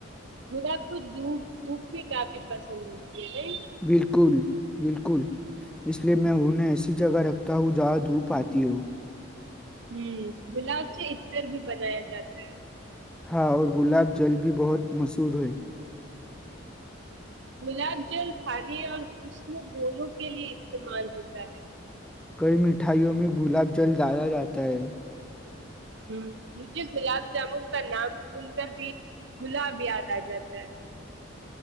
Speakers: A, on the right (about 65°); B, in the centre.
A: گلاب کو دپ دپ بھی کافی پسند ہوتی ہے نہیں
B: بالکل بالکل اس لیے میں انہیں ایسی جگہ رکھتا ہوں جہاں دھوپ آتی ہو
A: ہوں گلاب سے ار بھی بنایا جاتا ہے
B: ہاں اور گلاب جل بھی بہت مشہور ہے
A: گلاب جل کھانے اور حسن دونوں کے لیئے استعمال ہوتا ہے
B: کئی مٹھائیوں میں گلاب جل ڈالا جاتا ہے
A: ہ مجھے گلاب جامن کا نام سن کر بھی گلاب یاد آ جاتا ہے